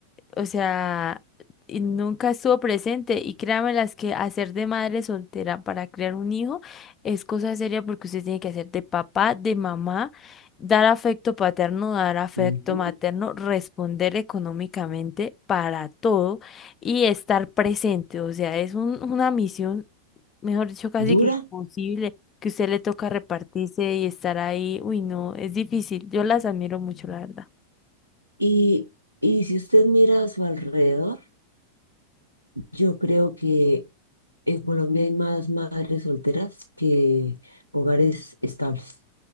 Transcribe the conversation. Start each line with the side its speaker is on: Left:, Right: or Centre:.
Left: o sea, y nunca estuvo presente. Y créanme las que hacer de madre soltera para crear un hijo es cosa seria porque usted tiene que hacer de papá, de mamá, dar afecto paterno, dar afecto
Right: Ujú.
Left: materno, responder económicamente para todo y estar presente. O sea, es un- una misión, mejor dicho, casi
Right: Dura.
Left: que imposible. que usted le toca repartirse y estar ahí, uy, no, es difícil. Yo las admiro mucho, la verdad.
Right: Y, y si usted mira a su alrededor, yo creo que en Colombia hay más madres solteras que hogares estables